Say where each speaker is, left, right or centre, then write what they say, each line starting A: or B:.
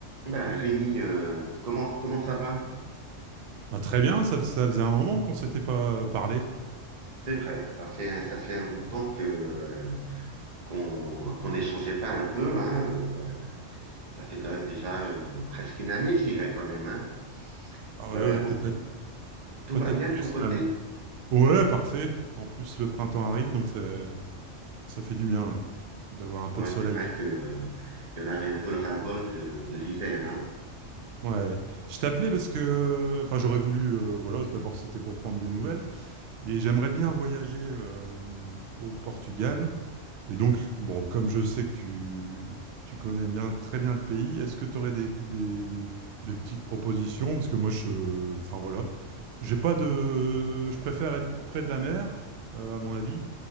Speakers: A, on the right; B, on the right.
A: Ben, Rémi, euh, comment, comment ça va?
B: Bah, très bien, ça, ça faisait un moment qu'on s'était pas euh, parlé.
A: C'est vrai, ça fait, un- ça fait un bout de temps que, euh, qu'on, qu'on n'échangeait pas un peu, hein. euh, Ça fait quand même déjà euh, presque une année, je dirais quand même, hein.
B: Ah ouais,
A: Euh,
B: ouais,
A: donc,
B: peut-être,
A: tout, tout
B: peut-être
A: va bien
B: plus
A: de ton côté?
B: même. Ouais, parfait. En plus, le printemps arrive, donc ça, ça fait du bien là, d'avoir un peu
A: Ouais,
B: de soleil.
A: c'est vrai que, euh, il y en avait un peu le ras-le-bol de, de l'hiver, hein.
B: Ouais. ouais. Je t'appelais parce que, enfin, j'aurais voulu, euh, voilà, d'abord c'était pour prendre des nouvelles, et j'aimerais bien voyager euh, au Portugal. Et donc, bon, comme je sais que tu, tu connais bien, très bien le pays, est-ce que tu aurais des, des, des petites propositions? Parce que moi, je, enfin voilà, J'ai pas de. Je préfère être près de la mer, euh, à mon avis.